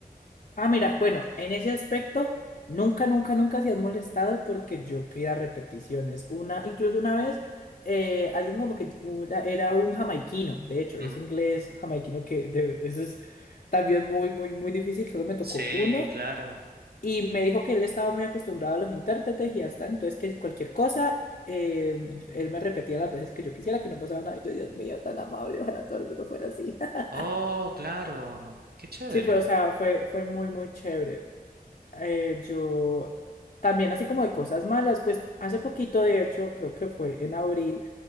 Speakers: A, on the left; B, on the right.
A: Ah, mira, bueno, en ese aspecto, nunca, nunca, nunca se han molestado porque yo pida repeticiones. Una, incluso una vez, eh, alguien como que una- era un jamaiquino, de hecho, es
B: Ujú.
A: inglés jamaiquino que de- eso es también muy, muy, muy difícil, solo me tocó
B: Sí,
A: uno
B: claro.
A: y me dijo que él estaba muy acostumbrado a los intérpretes y hasta entonces que si cualquier cosa, eh, él me repetía las veces que yo quisiera, que no pasaba nada. Y yo, Dios mío, tan amable, ojalá todo el mundo fuera así. <laughs>
B: Oh, claro. Qué chévere.
A: Sí, fue, o sea, fue, fue muy, muy chévere. eh, yo también así como de cosas malas, pues hace poquito, de hecho, creo que fue en abril,